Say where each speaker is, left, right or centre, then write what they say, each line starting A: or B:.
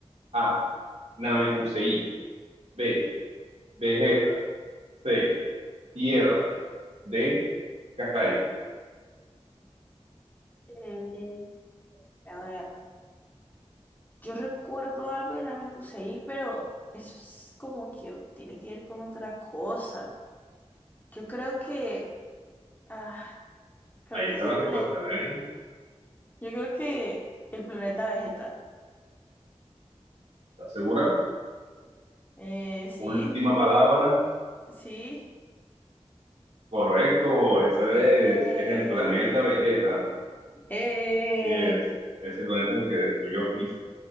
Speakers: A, on the right; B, on the left.
A: A. Namekusei. B. Vegeta. C. Tierra. D. Kai.
B: Eh, a ver, yo recuerdo algo de la me puse ahí, pero eso es como que tiene que ver con otra cosa. Yo creo que, ah, creo
A: Ahí
B: que
A: está
B: es el
A: la respuesta,
B: planeta,
A: ¿eh?
B: yo creo que el planeta Vegeta.
A: ¿Estás segura?
B: Eh, sí,
A: Última palabra.
B: sí,
A: Correcto, ese
B: eh,
A: es, es el planeta Vegeta.
B: eh,
A: Sí es, ese planeta es el que destruyó Freezer.